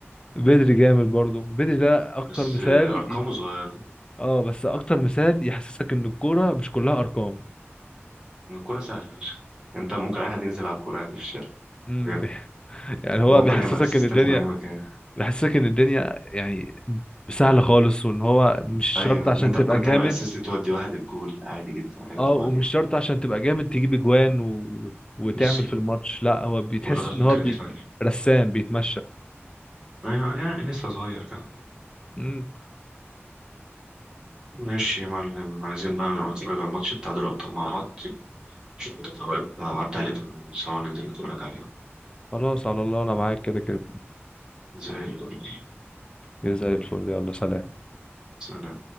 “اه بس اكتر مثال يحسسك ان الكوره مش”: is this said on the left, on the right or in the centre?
Left